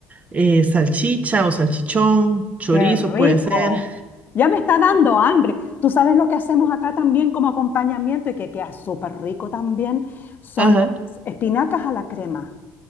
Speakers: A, on the right; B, on the left.
A: eh, salchicha o salchichón, chorizo
B: Qué rico.
A: puede ser.
B: Ya me está dando hambre. Tú sabes lo que hacemos acá también como acompañamiento y que queda súper rico también, son
A: Ajá.
B: las espinacas a la crema.